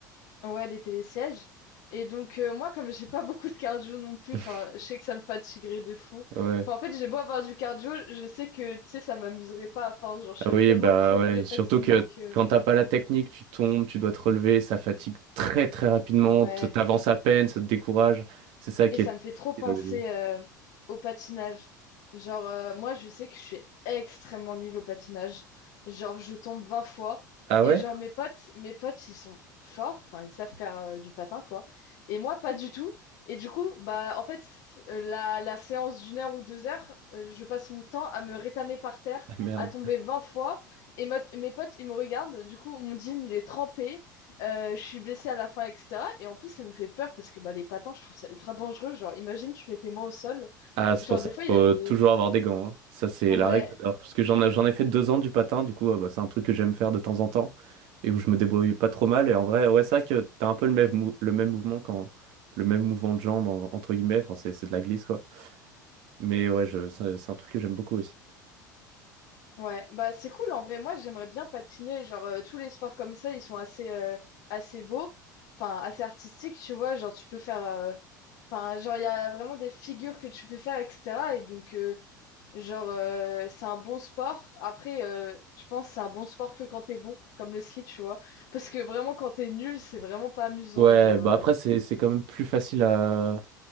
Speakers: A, on the left; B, on the right.
A: Ouais, les télésièges. Et donc, euh, moi, comme j'ai pas <laughs> beaucoup de cardio non plus,
B: <laughs>
A: enfin, je sais que ça me fatiguerait de fou.
B: Ouais.
A: Enfin, en fait, j'ai beau avoir du cardio, je sais que, tu sais, ça m'amuserait pas à force. Genre, je serais
B: Ah oui,
A: tellement
B: bah
A: crevée
B: ouais,
A: facilement
B: surtout que
A: que...
B: quand t'as pas la technique, tu tombes, tu dois te relever, ça fatigue très très rapidement,
A: Ouais.
B: t- t'avances à peine, ça te décourage. C'est ça qui
A: Et ça
B: est
A: me fait trop penser
B: difficile au début.
A: euh, au patinage. Genre, euh, moi, je sais que je suis extrêmement nulle au patinage. Genre, je tombe 20 fois.
B: Ah
A: Et
B: ouais?
A: genre, mes potes, mes potes, ils sont forts. Enfin, ils savent faire euh, du patin, quoi. Et moi, pas du tout. Et du coup, bah, en fait, euh, la, la séance d'une heure ou deux heures, euh, je passe mon temps à me rétamer par terre,
B: Ah merde.
A: à tomber 20 fois. Et mo- mes potes, ils me regardent. Du coup, mon jean, il est trempé. Euh, je suis blessée à la fin, etc. Et en plus, ça me fait peur parce que bah, les patins, je trouve ça ultra dangereux. Genre, imagine, tu mettais moi au sol.
B: Ah, c'est
A: Genre,
B: pour ça
A: des
B: qu'il
A: fois, il y
B: faut
A: a des...
B: toujours avoir des gants. hein. Ça, c'est
A: Ouais,
B: la règle d'or. Parce que j'en ai, j'en ai fait deux ans du patin, du coup, ah bah, c'est un truc que j'aime faire de temps en temps et où je me débrouille pas trop mal. Et en vrai, ouais, c'est vrai que t'as un peu le même, mou- le même mouvement quand. Le même mouvement de jambe, en- entre guillemets, enfin, c'est c'est de la glisse, quoi. Mais ouais, je, c'est c'est un truc que j'aime beaucoup aussi.
A: ouais. Bah, c'est cool. En vrai, moi, j'aimerais bien patiner. Genre, euh, tous les sports comme ça, ils sont assez, euh, assez beaux. Enfin, assez artistiques, tu vois. Genre, tu peux faire... euh, Enfin, genre, il y a vraiment des figures que tu peux faire, etc. Et donc, euh, genre, euh, c'est un bon sport. Après, euh, je pense que c'est un bon sport que quand t'es bon, comme le ski, tu vois. Parce que vraiment, quand t'es nul, c'est vraiment pas amusant.
B: Ouais,
A: Genre...
B: bah
A: euh,
B: après c'est c'est quand même plus facile à